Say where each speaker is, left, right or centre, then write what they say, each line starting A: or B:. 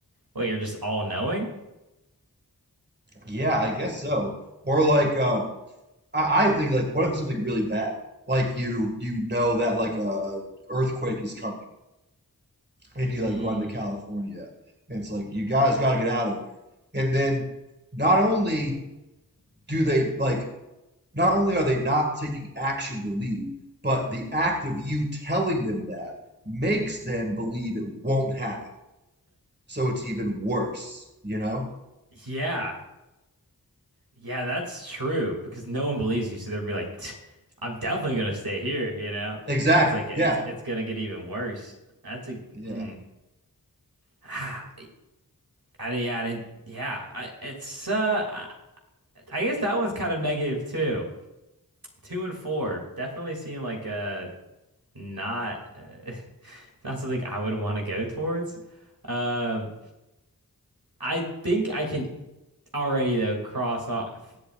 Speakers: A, on the right; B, on the right.
A: wait, you're just all knowing?
B: yeah i guess so or like um, I, I think like what if something really bad? Like you you know that like a earthquake is coming and you like
A: Mm.
B: run to California and it's like you guys gotta get out of here. And then not only do they like not only are they not taking action to leave, but the act of you telling them that makes them believe it won't happen. So it's even worse, you know?
A: Yeah, Yeah, that's true because no one believes you, so they'll be like, "Tch, "I'm definitely gonna stay here," you know?
B: Exactly.
A: It's like it's
B: Yeah.
A: it's gonna get even worse. That's a
B: Yeah.
A: hmm. Ah, I didn't, yeah, I didn't, yeah. I, it's uh, I I guess that one's kind of negative too. Two and four definitely seem like uh not uh, <laughs> not something I would want to go towards. Um, I think I can already though cross off